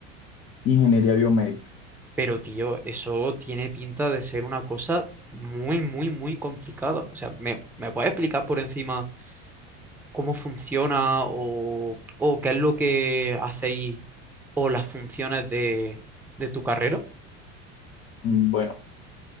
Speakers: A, on the left; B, in the centre.
A: Ingeniería biomédica.
B: Pero, tío, eso tiene pinta de ser una cosa muy, muy, muy complicada. O sea, ¿me, me puedes explicar por encima? cómo funciona o, o qué es lo que hacéis o las funciones de, de tu carrera.
A: Mm, Bueno,